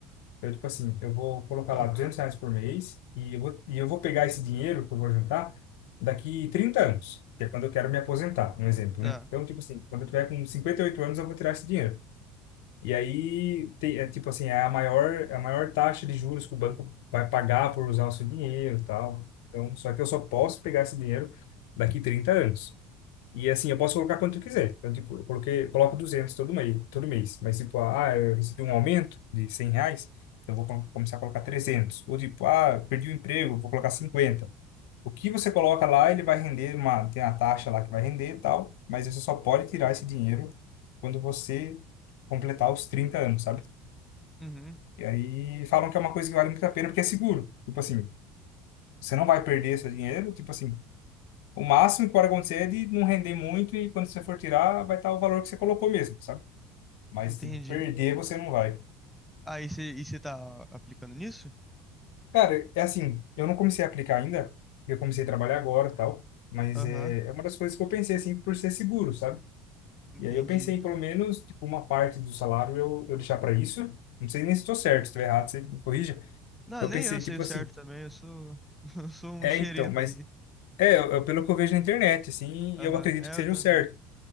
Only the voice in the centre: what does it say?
Ah,
tá.
Uhum,
entendi.
Aí você e você tá aplicando nisso?
Aham,
entendi.
Não,
nem
eu sei
o certo
também, eu sou, <laughs> eu sou um
xereta
aí.
Aham,
é,
eu também.